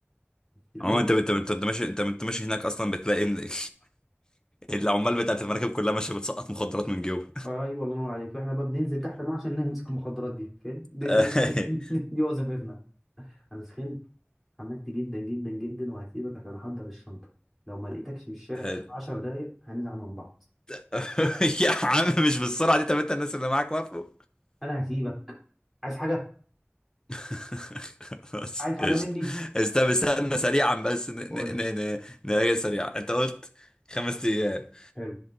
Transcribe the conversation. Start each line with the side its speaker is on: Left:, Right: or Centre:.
Centre: دي
Left: عموما انت
Centre: بقى-
Left: انت انت انت ماشي انت انت ماشي هناك اصلا بتلاقي ان <laughs> العمال بتاعت المراكب كلها ماشيه بتسقط مخدرات من جيوبها
Centre: ايوه الله ينور عليك فاحنا بقى بننزل تحت الميه عشان نمسك المخدرات دي فاهم دي
Left: <laughs>
Centre: دي, دي, دي, <laughs> دي وظيفتنا انا سخنت حمدت جدا جدا جدا وهسيبك عشان احضر الشنطه لو ما لقيتكش في الشارع
Left: حلو
Centre: في 10 دقايق هنزعل من بعض
Left: <laughs> يا عم مش بالسرعه دي طب انت الناس اللي معاك وافقوا
Centre: انا هسيبك عايز حاجه
Left: <laughs> بس
Centre: عايز حاجه
Left: قشطة
Centre: مني
Left: قشطة بس استنى سريعا بس ن-
Centre: قول
Left: ن-
Centre: لي.
Left: ن- ن- نراجع سريعا انت قلت خمس ايام
Centre: حلو